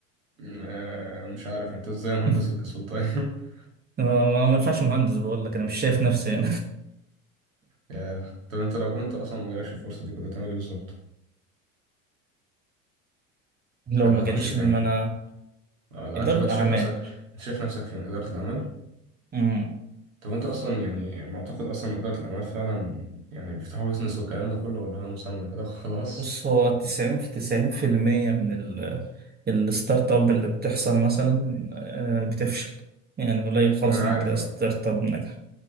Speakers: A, on the right; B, on the right.
A: آه، مش عارف أنت إزاي مهندس
B: <laughs>
A: وكسول طيب <laughs>
B: ما ما ينفعش مهندس بقول لك انا مش شايف نفسي
A: يا، طب أنت لو كنت أصلا مجالكش الفرصة دي كنت هتعمل إيه بالظبط؟
B: لو
A: أنا كنت
B: ما
A: هخش
B: جاليش
A: فين؟
B: ان انا
A: آه، لو
B: اداره
A: أنت كنت شايف
B: اعمال
A: نفسك أنت شايف نفسك فين إدارة العمل
B: امم
A: طب انت اصلا يعني معتقد اصلا ان اداره الاعمال فعلا يعني بيفتحوا بيزنس والكلام ده كله ولا هو مسمى كده خلاص
B: بص هو 90 في 90% من ال- الستارت اب اللي بتحصل مثلا آه، بتفشل يعني قليل خالص
A: ما انا
B: لما
A: عارف
B: تلاقي
A: اه
B: ستارت اب ناجح